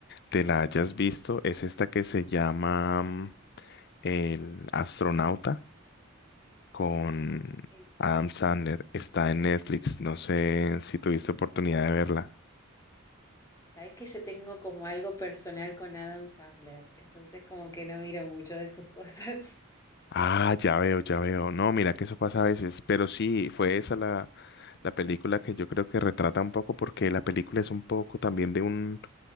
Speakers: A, on the left (about 50°); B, on the left (about 15°).
A: te la hayas visto. Es esta que se llama mm, El astronauta con
B: El-
A: Adam Sandler. Está en Netflix. No sé si tuviste oportunidad de verla.
B: Sabés que yo tengo como algo personal con Adam Sandler, entonces como que no miro mucho de sus cosas.
A: Ah, ya veo, ya veo. No, mira que eso pasa a veces, pero sí, fue esa la, la película que yo creo que retrata un poco porque la película es un poco también de un